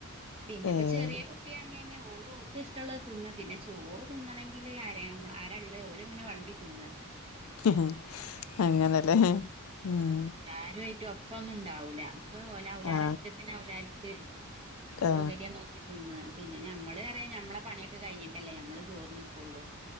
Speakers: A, on the right; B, on the left.
A: പിന്നെ
B: ഏ
A: ഇപ്പ
B: ഏ
A: ചെറിയ കുട്ടിയ അങ്ങെ ന്നെ ഓളോ ക്ക് ഇഷ്ടള്ള തിന്ന പിന്നെ ചോറ് തിണെങ്കില് ആരള്ള ഓര് ങ്ങനെ വളമ്പി തിന്ന.
B: ഹ് ഹ് അങ്ങനെ ലെ ഉം
A: ല്ലാരൂആയിറ്റ് ഒപ്പൊന്നും ണ്ടാവൂല ഔലാല
B: ആ
A: ഇഷ്ടത്തിന് ഔലാൽക്ക്
B: ആ
A: സൗകര്യം നോ തിന്ന പിന്നെ ഞമ്മള് അറിയ ഞമ്മളെ പണിഒക്കെ കഴിഞ്ഞിട്ടല്ലേ ഞമ്മള് ചോർണ്ക്കുള്ളു.